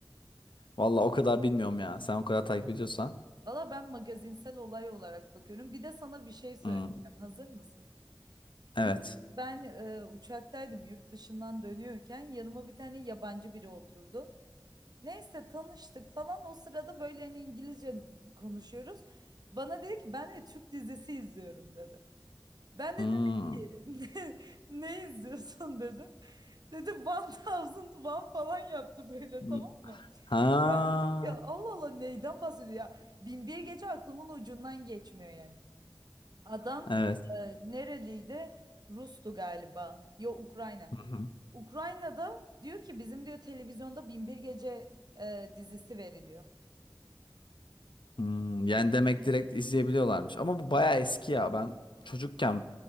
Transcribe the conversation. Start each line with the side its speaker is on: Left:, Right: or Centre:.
Left: Vallahi o kadar bilmiyorum ya. Sen o kadar takip ediyorsan.
Right: Valla ben magazinsel olay olarak bakıyorum. Bir de sana bir şey söyleyeceğim.
Left: Hmm,
Right: Hazır mısın?
Left: Evet.
Right: Bir gün ben e, uçaktaydım yurt dışından dönüyorken yanıma bir tane yabancı biri oturdu. Neyse tanıştık falan o sırada böyle hani İngilizce konuşuyoruz. Bana dedi ki ben de Türk dizisi izliyorum dedi. Ben
Left: Hmm.
Right: de dedim ki <laughs> ne, ne izliyorsun dedim. Dedi 1001 falan yaptı böyle
Left: Hmm.
Right: tamam mı?
Left: Ha.
Right: Ben dedim ya Allah Allah neyden bahsediyor ya? Bin bir gece aklımın ucundan geçmiyor yani. Adam
Left: Evet.
Right: e, nereliydi? Rus'tu galiba. Yo Ukrayna.
Left: Hı hı.
Right: Ukrayna'da diyor ki bizim diyor televizyonda Bin bir Gece e, dizisi veriliyor.
Left: Hmm, Yani demek direkt izleyebiliyorlarmış. Ama bu bayağı eski ya. Ben çocukken